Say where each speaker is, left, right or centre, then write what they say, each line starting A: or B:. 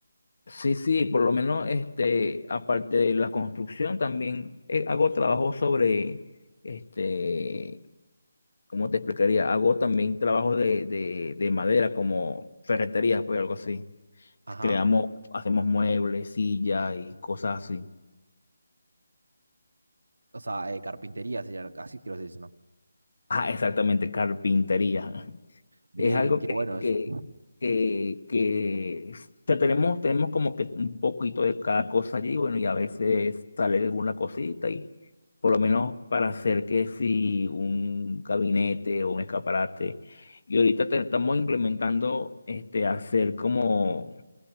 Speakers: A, on the left (about 60°); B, on the right (about 85°).
A: Sí, sí, por lo menos este, aparte de la construcción, también eh, hago trabajo sobre, este, ¿cómo te explicaría? Hago también trabajos de, de, de madera, como ferreterías, pues algo así.
B: Ajá,
A: Creamos, hacemos muebles, sillas y cosas así.
B: o sea, eh, carpintería, sería- así quiero decir ¿no?
A: Ah, exactamente, carpintería.
B: Bien,
A: Es algo
B: qué
A: que,
B: bueno eso.
A: que, que, que o sea, tenemos, tenemos como que un poquito de cada cosa allí, bueno, y a veces sale alguna cosita y por lo menos para hacer que si un gabinete o un escaparate. Y ahorita te- estamos implementando este, hacer como